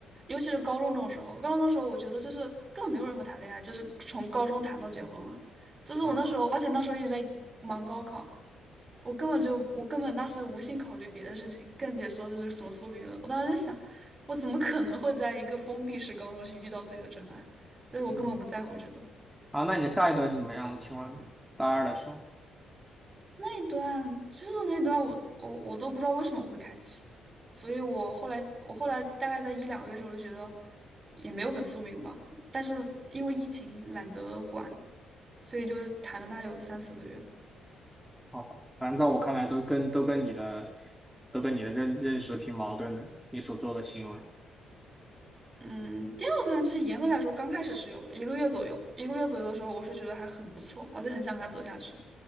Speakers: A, on the right (about 30°); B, in the centre.
A: 尤其是高中这种时候，高中的时候，我觉得就是根本没有人会谈恋爱，就是从高中谈到结婚啊。就是我那时候，
B: 啊，
A: 而且那时候一直在忙高考，我根本就我根本当时无心考虑别的事情，更别说就是什么苏联了。我当时就想，我怎么可能会在一个封闭式高中去遇到自己的真爱？所以我根本不在乎这个。
B: 嗯，好，那你的下一段是怎么样的？请问大二的时候，
A: 那段就是那段我，我我都不知道为什么我会开启，所以我后来我后来大概在一两个月的时候，我就觉得也没有很宿命吧，但是因为疫情懒得管，所以就谈了它有三四个月。
B: 好吧，反正在我看来都跟都跟你的都跟你的认认识挺矛盾的，你所做的行为。
A: 嗯，第二段其实严格来说刚开始是有的，一个月左右，一个月左右的时候，我是觉得还很不错，而且很想跟他走下去。